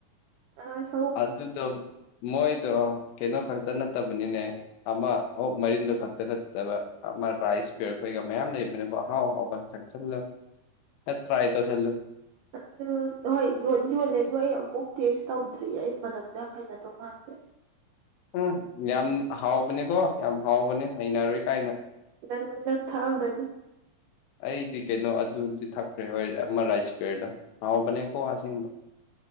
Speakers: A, on the right; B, on the left.
A: ꯑꯁ
B: ꯑꯗꯨꯗꯣ ꯃꯣꯏꯗꯣ ꯀꯩꯅꯣ ꯈꯛꯇ ꯅꯠꯇꯕꯅꯤꯅꯦ ꯑꯃ ꯑꯨꯛ ꯃꯔꯤꯟꯗ ꯈꯛꯇ ꯅꯠꯇꯕ ꯑꯃ ꯔꯥꯏꯁ ꯕꯤꯌꯔ ꯈꯣꯏꯒ ꯃꯌꯥꯝ ꯂꯩꯕꯅꯤꯀꯣ ꯑꯥꯍꯥꯎ ꯍꯥꯎꯕ ꯊꯛꯁꯤꯟꯂꯒ ꯇꯔꯥꯏ ꯇꯧꯁꯤꯟꯂꯣ
A: ꯑꯗꯨ ꯍꯣꯏ ꯌꯣꯟꯗꯤ ꯌꯣꯜꯂꯦ ꯑꯗꯨ ꯑꯩ ꯑꯃꯨꯛ ꯇꯦꯁ ꯇꯧꯗ꯭ꯔꯤ ꯑꯩ ꯃꯅꯝꯗ ꯌꯥꯝ ꯍꯥꯏꯅꯗꯧ ꯃꯥꯟꯗꯦ
B: ꯎꯝ ꯌꯥꯝ ꯍꯥꯎꯕꯅꯦꯀꯣ ꯌꯥꯝ ꯍꯥꯎꯕꯅꯦ ꯍꯩꯅꯔꯣꯏ ꯀꯥꯏꯅ
A: ꯅꯪ ꯅꯪ ꯊꯥꯛꯑꯝꯒꯅꯤ
B: ꯑꯩꯗꯤ ꯀꯩꯅꯣ ꯑꯗꯨꯗꯤ ꯊꯛꯇꯦ ꯍꯣꯏ ꯑꯃ ꯔꯥꯏꯁ ꯕꯤꯌꯔꯗꯣ ꯍꯥꯎꯕꯅꯦ ꯀꯣ ꯑꯁꯦꯡꯕ